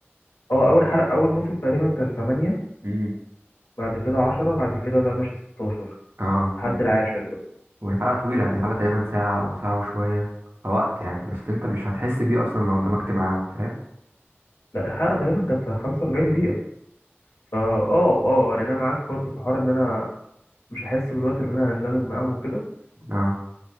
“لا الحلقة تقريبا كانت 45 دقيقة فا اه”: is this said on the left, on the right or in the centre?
Left